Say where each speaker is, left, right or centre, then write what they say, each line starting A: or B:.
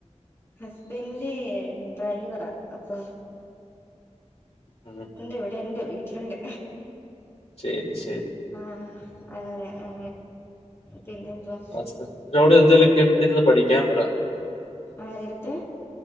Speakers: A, on the left; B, on the left.
A: ഹസ്ബന്റെ ഡ്രൈവറാ അപ്പൊ
B: ഉം,
A: ഉണ്ട് ഇവിടുണ്ട് വീട്ടിലുണ്ട്
B: ശരി ശരി
A: ആഹ് അങ്ങനെ അ പിന്നെന്തുവാ
B: ഹസ്ബന്റിനോട് എന്തെലൊക്കെടുത്തിരുന്ന് പഠിക്കാൻ പറ
A: ആരെടുത്ത്